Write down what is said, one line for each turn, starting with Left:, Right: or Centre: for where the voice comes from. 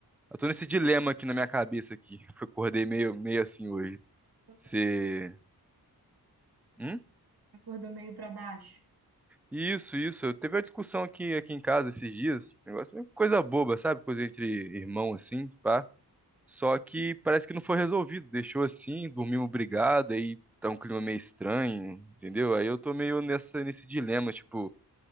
Centre: eu tô nesse dilema aqui na minha cabeça aqui. <laughs> Eu acordei meio, meio assim hoje.
Right: Acordou
Centre: Você. Hum?
Right: acordou meio para baixo.
Centre: Isso, isso. Eu teve a discussão aqui, aqui em casa esses dias. Negócio, é coisa boba, sabe? Coisa entre irmão, assim, pá. Só que parece que não foi resolvido. Deixou assim, dormimos brigado, aí tá um clima meio estranho, entendeu? Aí eu tô meio nessa, nesse dilema, tipo,